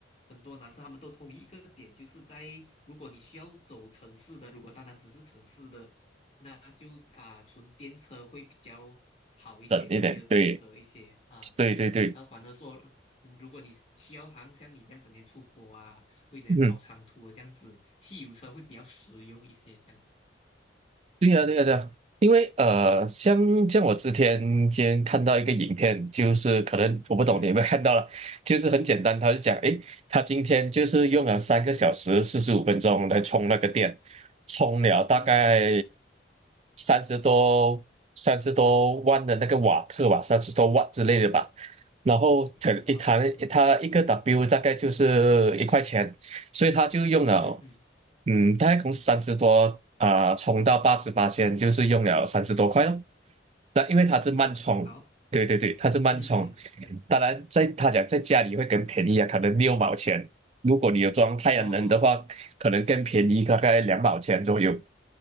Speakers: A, on the left (about 35°); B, on the right (about 35°).
A: 很多男生他们都同意一个点，就是在如果你需要走城市的，如果单单只是城市的，那就啊纯电车会比较好一些，
B: 省一点，
A: 会比较值得一些啊，
B: 对对对对，
A: 对。然后反而说，嗯如果你需要好像像你这样整天出国啊，或者整天跑长途的这样子，
B: 嗯。
A: 汽油车会比较实用一些这样子。
B: 对呀，对呀，对呀，因为呃，像像我之前今天看到一个影片，就是可能我不懂你有没有看到了，
A: 嗯
B: 就是很简单，他就讲，诶，他今天就是用了三个小时四十五分钟来充那个电，充了大概
A: 嗯嗯
B: 三十多三十多万的那个瓦特吧，三十多万之类的吧，然后可一谈他一个
A: 嗯，好的，
B: W 大概就是一块钱，所以他就用了，
A: 嗯嗯，
B: 嗯，大概从三十多啊、充到八十八仙，就是用了三十多块咯。但因为它是慢充，
A: 三十多块，好，
B: 对对对，它是慢充。
A: 嗯嗯是，
B: 当然在，他讲在家里会更便宜啊，可能六毛钱。如果你有装太阳能的话，
A: 哦哦
B: 可能更便宜，大概两毛钱左右。